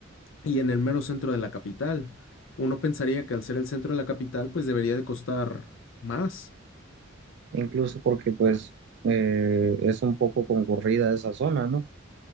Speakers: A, on the left; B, on the right.
A: Y en el mero centro de la capital. Uno pensaría que al ser el centro de la capital, pues debería de costar más.
B: incluso porque pues eh, es un poco concurrida esa zona, ¿no?